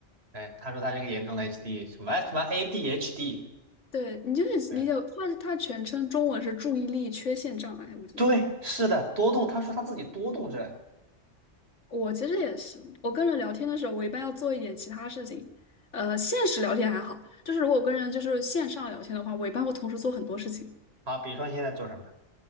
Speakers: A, on the right; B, on the left.
A: 对，她说她是一个严重的 HD 什么什么 ADHD。
B: 对，你就是理解为，
A: 对
B: 它它全称中文是注意力缺陷障碍，我觉得。
A: 对，是的，多动。她说她自己多动症。
B: 我其实也是，我跟人聊天的时候，我一般要做一点其他事情。呃，现实聊天还好，就是如果我跟人就是线上聊天的话，我一般会同时做很多事情。
A: 好，比如说你现在做什么？